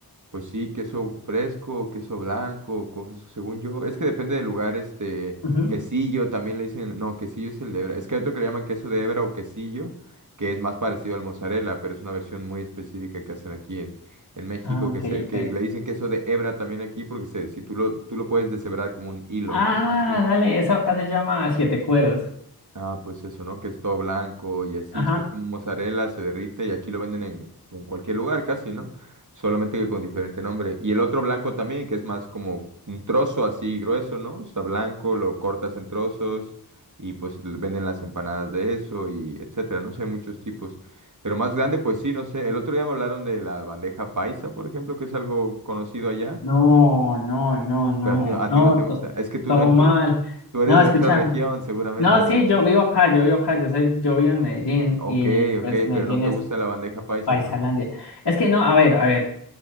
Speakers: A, on the right; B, on the left.
A: Pues sí, queso fresco, queso blanco, cosas, según yo. Es que depende del lugar, este,
B: Ujú.
A: quesillo también le dicen, no, quesillo es el de hebra. Es que hay otro que le llaman queso de hebra o quesillo, que es más parecido al mozzarella, pero es una versión muy específica que hacen aquí en, en México,
B: Ah, ok,
A: que se,
B: ok.
A: que le dicen queso de hebra también aquí, porque se, si tú lo, tú lo puedes deshebrar como un hilo,
B: Ah,
A: ¿no? Así.
B: dale, eso acá se llama siete cueros.
A: Ah, pues eso, ¿no? Que es todo blanco y así,
B: Ajá.
A: si es como mozzarella, se derrite y aquí lo venden en, en cualquier lugar casi, ¿no? Solamente que con diferente nombre. Y el otro blanco también, que es más como un trozo así grueso, ¿no? O sea, blanco, lo cortas en trozos y pues l- venden las empanadas de eso y etcétera, ¿no? sé, hay muchos tipos. Pero más grande, pues sí, no sé. El otro día me hablaron de la bandeja paisa, por ejemplo, que es algo conocido allá,
B: No, no, no, no,
A: pero a ti, a
B: no,
A: ti no te gusta.
B: to-
A: Es que tú
B: todo
A: no, tú,
B: mal.
A: tú eres
B: No, escúchame.
A: de otra región, seguramente,
B: No,
A: ¿no?
B: sí, yo vivo acá, yo vivo acá, yo soy, yo vivo en Medellín
A: Ok,
B: y pues
A: ok,
B: Medellín
A: pero no te
B: es
A: gusta la bandeja paisa,
B: paisalandia.
A: entonces.
B: Es que no, a ver, a ver,